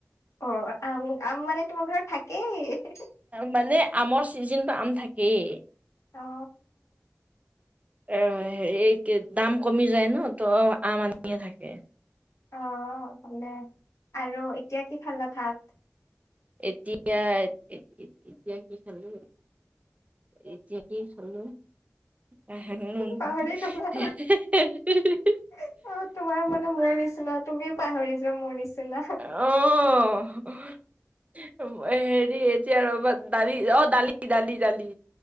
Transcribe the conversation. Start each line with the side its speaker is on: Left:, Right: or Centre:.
Left: অ', আম-আম মানে তোমাৰ ঘৰত থাকেই
Right: মানে আমৰ চিজনটো, আম থাকেই
Left: অ
Right: এ হেৰি, কি দাম কমি যায় ন, ত' আম আনিয়ে থাকে।
Left: অ' অ', ভালে, আৰু এতিয়া কি খালা ভাত?
Right: এতিয়া-এ-এতিয়া কি খালো এতিয়া কি খালোঁ <unintelligible>
Left: পাহৰি গলা অ', তোমাৰ মানে মোৰ নিচিনা, তুমিও পাহৰি যোৱা মোৰ নিচিনা।
Right: অ' হেৰি এতিয়া ৰ'বা, দালি অ', দালি দালি দালি।